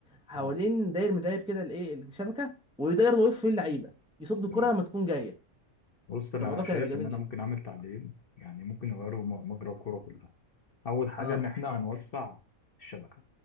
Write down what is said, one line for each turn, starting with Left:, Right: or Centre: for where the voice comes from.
Centre: حوالين
Left: اه
Centre: داير مداير كده الايه الشبكه ويداير ويقف فيه اللعيبه يصد الكره
Left: تمام
Centre: لما تكون جايه
Left: بص انا
Centre: كان الموضوع
Left: شايف
Centre: كان هيبقى جميل
Left: ان انا
Centre: جدا
Left: ممكن اعمل تعديلين يعني ممكن يغيروا م- مجرى الكوره كلها اول حاجه
Centre: اه
Left: ان احنا هنوسع الشبكه